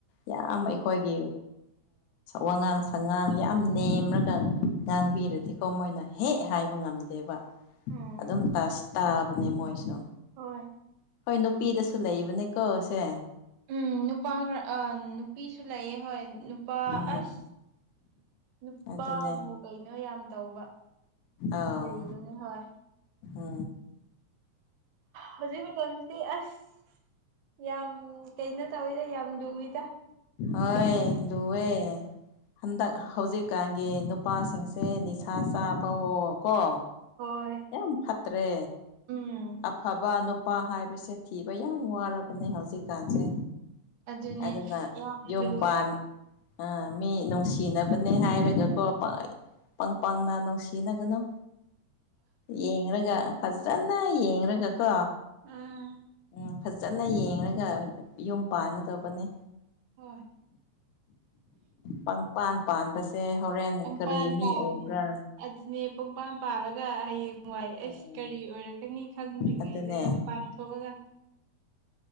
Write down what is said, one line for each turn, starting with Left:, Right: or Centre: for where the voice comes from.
Left: ꯌꯥꯝ ꯑꯩꯈꯣꯏꯒꯤ ꯋꯥꯉꯥꯡ ꯁꯉꯥꯡ ꯌꯥꯝ ꯅꯦꯝꯔꯒ ꯉꯥꯡꯕꯤꯔꯗꯤꯀꯣ ꯃꯣꯏꯅ ꯍꯦꯛ ꯍꯥꯏꯕ ꯉꯝꯗꯦꯕ
Right: ꯎꯝ
Left: ꯑꯗꯨꯝ ꯇꯥꯕꯅꯦ ꯃꯣꯏꯁꯨ
Right: ꯍꯣꯏ
Left: ꯍꯣꯏ ꯅꯨꯄꯤꯗꯁꯨ ꯂꯩꯕꯅꯦꯀꯣ ꯁꯦ
Right: ꯎꯝ ꯅꯨꯄꯥ ꯈꯔ ꯑꯥ ꯅꯨꯄꯤꯁꯨ ꯂꯩꯌꯦ ꯍꯣꯏ ꯅꯨꯄꯥ
Left: ꯎꯝ
Right: ꯑꯁ ꯅꯨꯄꯥꯕꯨ
Left: ꯑꯗꯨꯅꯦ
Right: ꯀꯩꯅꯣ ꯌꯥꯝ ꯇꯧꯕ
Left: ꯑꯥꯎ
Right: ꯂꯩꯕꯅꯦ ꯍꯣꯏ
Left: ꯎ
Right: ꯍꯧꯖꯤꯛ ꯃꯇꯝꯁꯤꯗꯤ ꯑꯁ ꯌꯥꯝ ꯀꯩꯅꯣ ꯇꯧꯋꯤꯗ ꯌꯥꯝ ꯂꯨꯏꯗ
Left: ꯍꯣꯏ ꯂꯨꯋꯦ ꯍꯟꯗꯛ ꯍꯧꯖꯤꯛꯀꯥꯟꯒꯤ ꯅꯨꯄꯥꯁꯤꯡꯁꯦ ꯅꯤꯁꯥ ꯆꯥꯕꯣꯑꯣ ꯀꯣ
Right: ꯍꯣꯏ
Left: ꯌꯥꯝ ꯐꯠꯇ꯭ꯔꯦ
Right: ꯎꯝ
Left: ꯑꯐꯕ ꯅꯨꯄꯥ ꯍꯥꯏꯕꯁꯦ ꯊꯤꯕ ꯌꯥꯝ ꯋꯥꯔꯕꯅꯦ ꯍꯧꯖꯤꯛꯀꯥꯟꯁꯦ
Right: ꯑꯗꯨꯅꯦ
Left: ꯑꯗꯨꯅ
Right: ꯌꯥꯝ
Left: ꯌꯨꯝ
Right: ꯂꯨꯋꯦ
Left: ꯄꯥꯟ
Right: ꯑꯥ
Left: ꯑ ꯃꯤ ꯅꯨꯡꯁꯤꯅꯕꯅꯦ ꯍꯥꯏꯔꯒꯀꯣ ꯄꯪ ꯄꯪꯅ ꯅꯨꯡꯁꯤꯅꯒꯅꯨ ꯌꯦꯡꯔꯒ ꯐꯖꯅ ꯌꯦꯡꯔꯒ ꯀꯣ
Right: ꯎꯝ
Left: ꯎꯝ ꯐꯖꯅ ꯌꯦꯡꯔꯒ ꯌꯨꯝ ꯄꯥꯟꯒꯗꯧꯕꯅꯦ
Right: ꯍꯣꯏ
Left: ꯄꯪꯄꯥꯟ ꯄꯥꯟꯕꯁꯦ ꯍꯣꯔꯦꯟ
Right: ꯄꯪꯄꯥꯟ
Left: ꯀꯔꯤ ꯃꯤ
Right: ꯄꯥꯟ
Left: ꯑꯣꯏꯕ꯭ꯔꯥ
Right: ꯑꯗꯨꯅꯦ ꯄꯨꯡꯄꯥꯟ ꯄꯥꯜꯂꯒ ꯍꯌꯦꯡ ꯅꯨꯡꯉꯥꯏ ꯑꯩꯁ
Left: ꯎꯝ
Right: ꯀꯔꯤ ꯑꯣꯏꯔꯛꯀꯅꯤ ꯈꯟꯗ꯭ꯔꯤꯉꯩꯗ
Left: ꯑꯗꯨꯅꯦ
Right: ꯄꯥꯟꯊꯣꯛꯑꯒ